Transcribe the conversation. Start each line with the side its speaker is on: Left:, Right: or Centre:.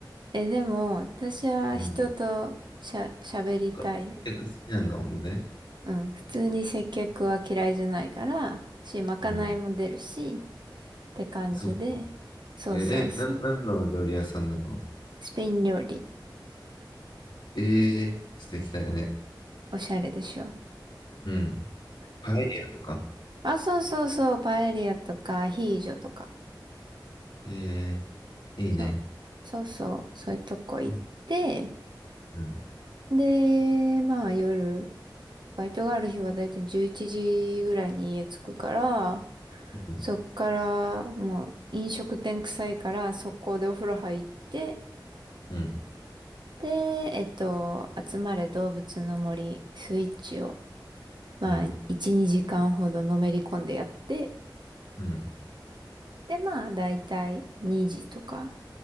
Right: え、でも、私は人としゃ、
Left: うん。
Right: 喋りたい。
Left: そっか接客好きなんだもんね。
Right: うん。普通に接客は嫌いじゃないから、し、まかないも出るし、
Left: うん。
Right: って感じで、
Left: そっか。
Right: そうそうそう。
Left: え、え、な、なんの料理屋さんなの
Right: スペイン料理、
Left: えー、素敵だね。
Right: おしゃれでしょ。
Left: うん。パエリアとか
Right: あ、そうそうそう、パエリアとかアヒージョとか。
Left: えー、いいね。
Right: そう。そうそう、そういうとこ行って、
Left: うん、うん、
Right: で、まあ夜、バイトがある日はだいたい11時ぐらいに家着くから、
Left: うん、
Right: そっからもう飲食店臭いから速攻でお風呂入って、
Left: うん、
Right: で、えっと、集まれ動物の森スイッチを、まあ1、
Left: うん、
Right: 2時間ほどのめり込んでやって、
Left: うん、
Right: で、まあだいたい2時とか。